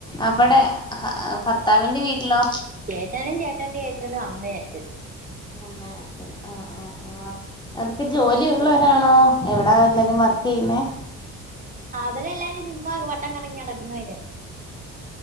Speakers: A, on the left; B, on the right.
A: അവടെ ഹാ ഭർത്താവിന്റെ വീട്ടിലോ?
B: ചേട്ടനും ചേട്ടൻ്റെ യേട്ടനും അമ്മയും അച്ഛനും
A: അമ്മെ അച്ഛനും ആഹ് ആഹ് ആഹ് അവർക്ക് ജോലിള്ള രാണോ എവിടാ എല്ലാരും വർക്ക് യ്യ്ന്നേ.?
B: ആഹ് അവരെല്ലാരും ചുമ്മാ വട്ടം കർങ്ങി നടക്കുന്നെ യ്കാരം.